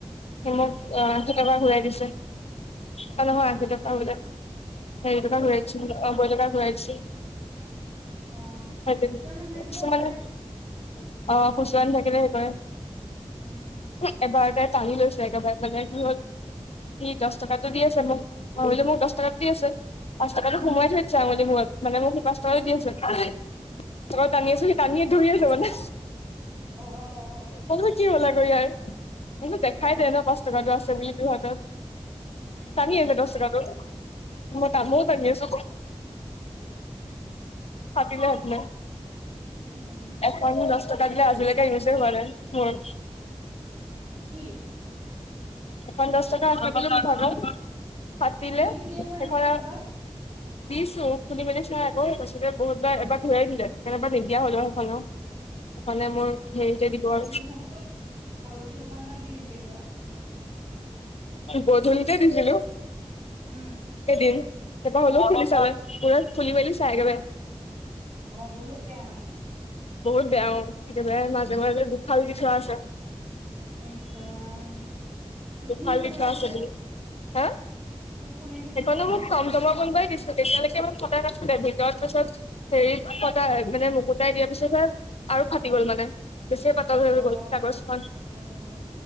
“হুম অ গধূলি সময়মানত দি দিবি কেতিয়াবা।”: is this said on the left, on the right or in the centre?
Right